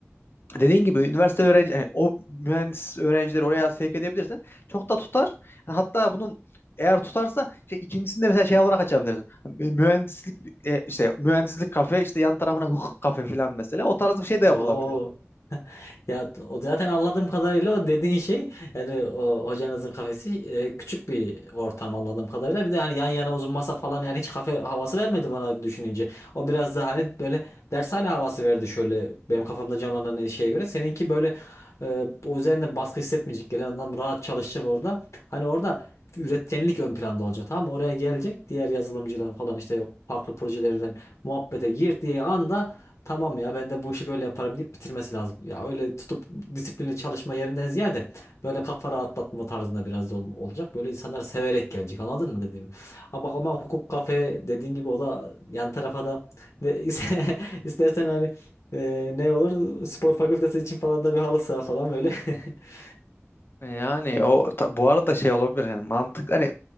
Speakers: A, on the left; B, on the left.
A: dediğin gibi üniversite öğrenci yani o mühendis öğrencileri oraya sevk edebilirsen çok da tutar. Yani hatta bunun eğer tutarsa şey, ikincisinde mesela şey olarak açabilirsin. Hani Mühendislik e, işte mühendislik kafe işte yan tarafına hukuk kafe falan mesela o tarz bir şey de yapılabilir.
B: Oho Ya o zaten anladığım kadarıyla o dediğin şey yani o hocanızın kafesi e, küçük bir ortam anladığım kadarıyla. Bir de hani yan yana uzun masa falan yani hiç kafe havası vermedi bana düşününce. O biraz daha hani böyle dershane havası verdi şöyle benim kafamda canlanan şeye göre. Seninki böyle e, o üzerine baskı hissetmeyecek. Gelen adam rahat çalışacak orada. Hani orada üretkenlik ön planda olacak tamam mı? Oraya gelecek diğer yazılımcılar falan işte farklı projelerden muhabbete girdiği anda Tamam ya ben de bu işi böyle yaparım deyip bitirmesi lazım. Ya öyle tutup disiplinli çalışma yerinden ziyade böyle kafa rahatlatma tarzında biraz da ol- olacak. Böyle insanlar severek gelecek anladın mı dediğim. Ama ama hukuk kafe dediğin gibi o da yan tarafa da ne, <laughs> istersen hani e, ne olur spor fakültesi için falan da bir halı saha falan böyle. <laughs>
A: Yani o ta- bu arada şey olabilir yani mantık hani